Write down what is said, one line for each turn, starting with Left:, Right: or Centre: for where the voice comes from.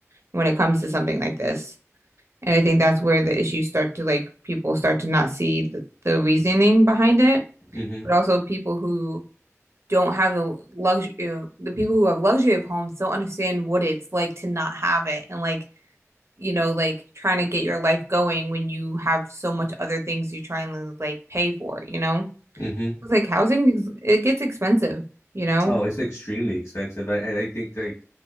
Right: when it comes to something like this. And I think that's where the issues start to like people start to not see the, the reasoning behind it,
Left: Mm-hmm.
Right: but also people who don't have the luxury, you know, the people who have luxury of homes don't understand what it's like to not have it and like, you know, like trying to get your life going when you have so much other things you're trying to like pay for, you know?
Left: Mm-hmm.
Right: It's like housing, is- it gets expensive, you know,
Left: Oh, it's extremely expensive. I, and I think like